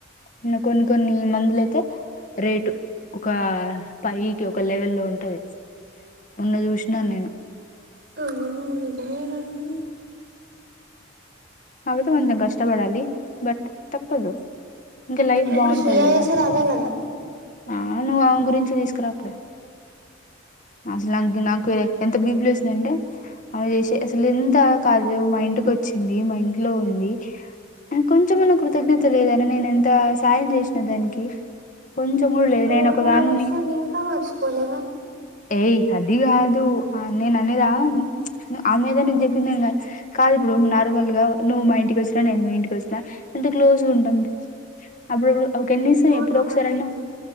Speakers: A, on the left; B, on the right.
A: ఇంకా కొన్ని కొన్ని మందులైతే. రేటు ఒక పైకి ఒక లెవెల్ లో ఉంటది. మొన్న చూసినాను నేను.
B: ఆ అవును నిజమే. కానీ
A: కాపోతే కొంచెం కష్టపడాలి బట్ తప్పదు ఇంక లైఫ్
B: ఇప్పుడు
A: బాగుంటది
B: శ్రీయ
A: కదా.
B: చేసేది అదే కదా.
A: ఆ నువ్వు ఆమె గురించి తీసుకురాకులే. అసలు ఆమెకు నాకు ఎంత బీపీ లేసిందాంటే. ఆమె చేసే అసలు ఎంత కాదు మా ఇంటికి వచ్చింది మా ఇంట్లో ఉంది. అహ కొంచెం అన్నా కృతజ్ఞత లేదనే నేను ఎంత సాయం చేసిన దానికి. కొంచెం కూడ లేదు
B: నువ్వు
A: నేను ఒకదాన్ని.
B: నువ్వు ఆ విషయం ఇంకా మర్చిపోలేవా
A: ఏయ్ అది కాదు అ నేను అనేద ప్చ్ ఆమేదో నీకు చెప్పిందని కాదు. కాదు ఇప్పుడు నార్మల్ గా నువ్వు మా ఇంటికి వచ్చినా నేను మీ ఇంటికి వచ్చిన ఎంత క్లోజ్ గా ఉంటాం. అప్పుడప్పుడు. ఒక కనీసం
B: ఫోన్
A: ఎప్పుడో
B: లో
A: ఒకసారన్నా
B: మాట్లాడుతున్నా